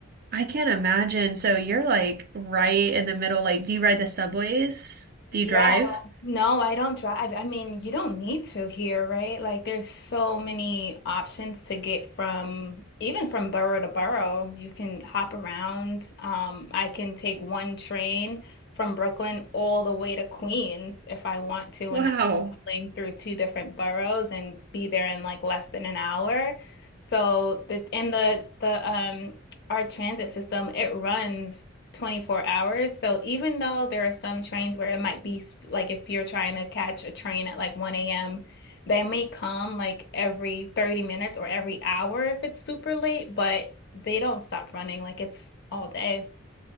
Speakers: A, on the right; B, on the left.
A: I can't imagine. So you're like right in the middle. Like, do you ride the subways? Do
B: Yeah,
A: you drive?
B: no, I don't drive. I mean, you don't need to here, right? Like there's so many options to get from even from borough to borough. You can hop around. Um, I can take one train from Brooklyn all the way to Queens if I want to,
A: Wow.
B: and that's traveling through two different boroughs and be there in like less than an hour. So the and the the um our transit system, it runs 24 hours. So even though there are some trains where it might be s- like if you're trying to catch a train at like 1 a.m., they may come like every 30 minutes or every hour if it's super late, but they don't stop running like it's all day.